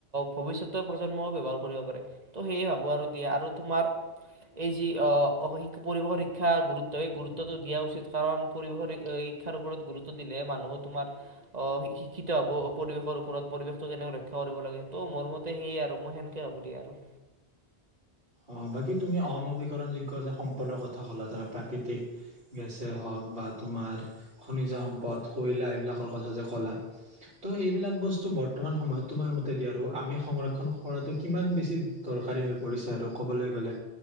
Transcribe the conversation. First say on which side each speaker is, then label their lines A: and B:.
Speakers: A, on the right (about 40°); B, on the right (about 60°).
A: ভৱিষ্যতৰ প্ৰজন্মও ব্যৱহাৰ কৰিব পাৰে ত' সেয়ে ভাবোঁ আৰু দিয়ে আৰু তোমাৰ এই যি অ পৰিৱেশৰ শিক্ষা গুৰুত্ব সেই গুৰুত্বটো দিয়া উচিত কাৰণ পৰিৱেশৰ শিক্ষাৰ ওপৰত গুৰুত্ব দিলে মানুহ তোমাৰ অ শিক্ষিত হব পৰিৱেশৰ ওপৰত পৰিৱেশটো কেনেকৈ ৰক্ষা কৰিব লাগে ত' মোৰ মতে সেয়ে আৰু মই সেনেকে ভাবো দিয়া আৰু
B: অ বাকী তুমি অনবীকৰণযোগ্য যে সম্পদৰ কথা ক'লা ধৰা প্ৰাকৃতিক গেছে হওক বা তোমাৰ খনিজ সম্পদ কৈলা এইবিলাকৰ কথা যে ক'লা ত' এইবিলাক বস্তু বৰ্তমান সময়ত তোমাৰ মতে দিয় আৰু আমি সংৰক্ষণ কৰাটো কিমান বেছি দৰকাৰী হৈ পৰিছে আৰু ক'বলৈ গ'লে